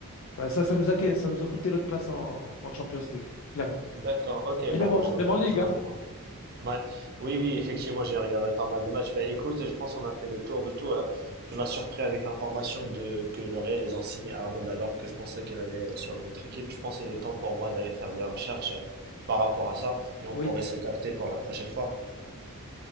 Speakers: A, on the left; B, on the right.
A: Ouais, ça, ça nous a, ça nous a coûté notre place en, en Champions League, clairement.
B: d'accord. Ok,
A: Et
B: bon,
A: même en,
B: je vois,
A: même en Ligue,
B: je vois.
A: hein.
B: Ouais. Oui, oui, effectivement, j'ai regardé pas mal de matchs. Bah, écoute, je pense qu'on a fait le tour de tout. hein. Tu m'as surpris avec l'information de que le Real ils ont signé Arnold alors que je pensais qu'elle allait euh, sur une autre équipe. Je pense qu'il est temps pour moi d'aller faire des recherches euh, par rapport à ça et on
A: Oui,
B: pourrait se capter pour la prochaine fois.